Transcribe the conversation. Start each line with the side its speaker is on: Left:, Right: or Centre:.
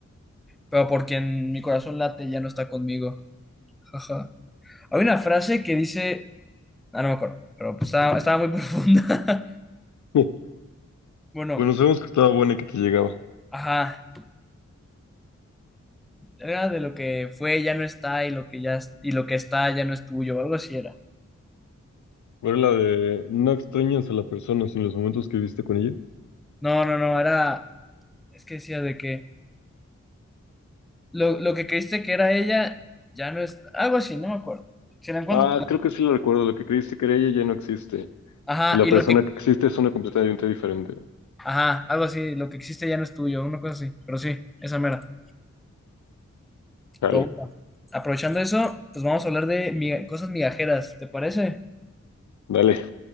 Centre: pero porque en mi corazón late ya no está conmigo. Ajá. Hay una frase que dice, ah, no me acuerdo, pero pues estaba, estaba muy <laughs> profunda.
Left: <laughs>
Centre: Bueno,
Left: Bueno, sabemos que estaba buena y que te llegaba.
Centre: ajá, era de lo que fue ya no está y lo que ya es- y lo que está ya no es tuyo, algo así era.
Left: ¿Era la de no extrañas a la persona sin los momentos que viviste con ella?
Centre: No, no, no, era, es que decía de que lo, lo que creíste que era ella ya no es, algo así, no me acuerdo. Si la encuentro,
Left: Ah,
Centre: te
Left: creo que sí lo recuerdo. Lo que creíste que era ella ya no existe.
Centre: Ajá,
Left: Y la
Centre: y
Left: persona
Centre: lo que,
Left: que existe es una completamente diferente.
Centre: ajá, algo así, lo que existe ya no es tuyo, una cosa así, pero sí, esa mera.
Left: Dale,
Centre: Pero bueno, aprovechando eso, pues vamos a hablar de miga- cosas migajeras, ¿te parece?
Left: dale.